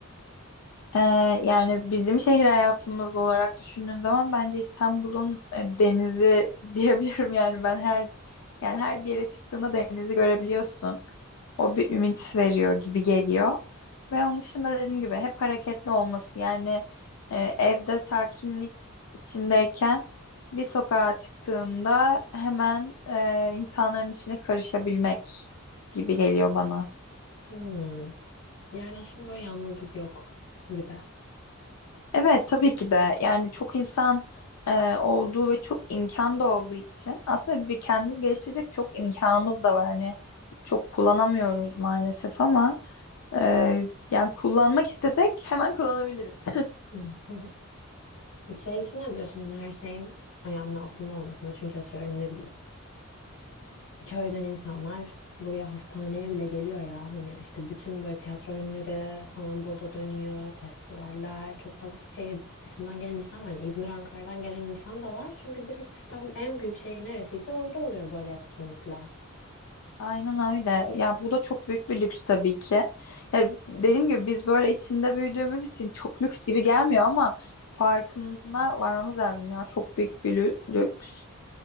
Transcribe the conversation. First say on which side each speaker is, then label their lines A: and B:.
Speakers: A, on the left; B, on the left.
A: Ee, yani bizim şehir hayatımız olarak düşündüğün zaman bence İstanbul'un e, denizi <laughs> diyebilirim yani ben her yani her bir yere çıktığında denizi görebiliyorsun. O bir ümit veriyor gibi geliyor. Ve onun dışında dediğim gibi hep hareketli olması yani e, evde sakinlik içindeyken bir sokağa çıktığında hemen e, insanların içine karışabilmek gibi geliyor bana.
B: Hmm. Yani aslında böyle yalnızlık yok gibi.
A: Evet tabii ki de yani çok insan e, olduğu ve çok imkan da olduğu için aslında bir kendimiz geliştirecek çok imkanımız da var. Hani çok kullanamıyoruz maalesef ama e, yani kullanmak istesek hemen kullanabiliriz. <laughs>
B: <laughs> Şey için ne diyorsun? Her şeyin ayağının altında olmasına. Çünkü atıyorum ne bileyim köyden insanlar buraya hastaneye bile geliyor ya. Hani işte bütün böyle tiyatro oyunları falan burada dönüyor. Festivaller. Çok fazla şehir dışından gelen insan var. Yani İzmir, Ankara'dan gelen insan da var. Çünkü direkt İstanbul en büyük şehir neresiyse orada oluyor böyle etkinlikler.
A: Aynen öyle. Ya bu da çok büyük bir lüks tabii ki. Ya dediğim gibi biz böyle içinde büyüdüğümüz için çok lüks gibi gelmiyor ama farkına varmamız lazım ya. Çok büyük bir lü- lüks.